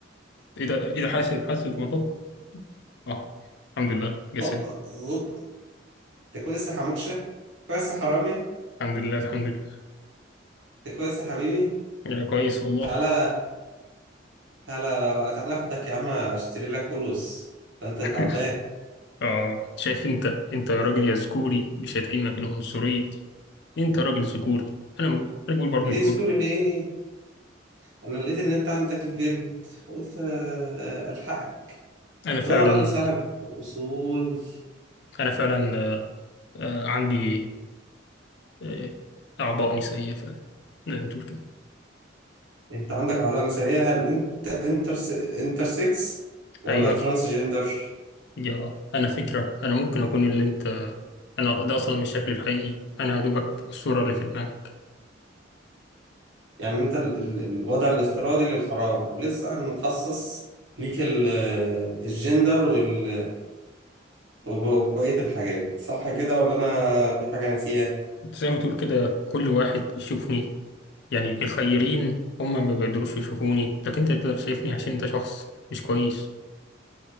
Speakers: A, on the left; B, on the right.
A: ايه ده ايه ده حاسب حاسب مطب اه الحمد لله جسري
B: هوب هوب انت كويس يا حموكشة كويس يا حرامي
A: الحمد لله الحمد لله
B: انت كويس يا حبيبي
A: يا كويس والله
B: تعالى تعالى لو تعالى اخدك يا عم اشتري لك قلوس ده انت
A: <laughs>
B: تعبان
A: اه شايف انت انت يا
B: <laughs>
A: راجل يا ذكوري مش هتعينك العنصرية دي. انت راجل ذكوري انا انا بقول برضو
B: ليه
A: الكود
B: ذكور ليه انا لقيت ان انت عندك البرد قلت آه، الحقك
A: انا فعلا
B: ده انا راجل صاحب اصول
A: انا فعلا آه، آه، عندي آه، اعضاء نسائية فعلا زي ما تقول كده
B: انت عندك عضله نسائيه هل انت انتر انتر سكس ولا
A: ايوه
B: ترانس جندر
A: يا انا فكره انا ممكن اكون اللي انت انا ده اصلا مش شكلي الحقيقي انا يا دوبك الصوره اللي في دماغك
B: يعني انت ال ال الوضع الافتراضي للحرام ولسه هنخصص ليك ال- الجندر وال وب- وبقية الحاجات صح كده ولا انا في حاجة ناسيها
A: انت زي ما تقول كده كل واحد بيشوفني يعني الخيرين هم ما بيقدروش يشوفوني لكن انت تقدر شايفني عشان انت شخص مش كويس